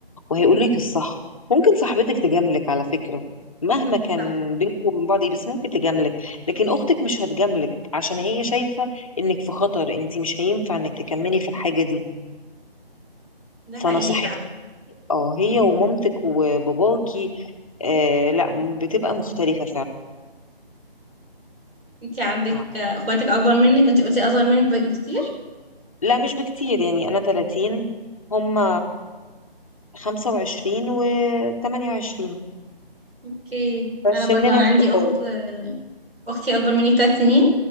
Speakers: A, on the left (about 35°); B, on the right (about 75°).
A: وهيقولولك الصح ممكن صاحبتك تجاملك على فكره مهما كان
B: صح
A: بينكم وبين بعض ايه بس ممكن تجاملك لكن اختك مش هتجاملك عشان هي شايفه انك في خطر انت مش هينفع انك تكملي في الحاجه دي
B: ده حقيقي
A: فنصيحتك
B: فعلا
A: اه هي ومامتك وباباكي آه لا بتبقى مختلفه
B: انت عندك
A: فعلا
B: آه، اخواتك اكبر منك انت قلتي اصغر منك بكتير
A: لا مش بكتير يعني أنا 30 هم 25 و 28
B: اوكي
A: فسننا
B: انا برضو انا
A: متقارب
B: عندي اخت اختي اكبر مني بثلاث سنين